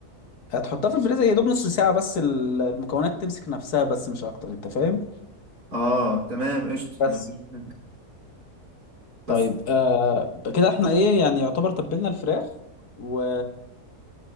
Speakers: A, on the left (about 75°); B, on the right (about 75°).
A: هتحطها في الفريزر يا دوب نص ساعه بس ال- المكونات تمسك نفسها بس مش اكتر انت فاهم
B: اه تمام قشطة
A: بس
B: مفيش منك بس
A: طيب آه كده احنا ايه يعني يعتبر تبلنا الفراخ و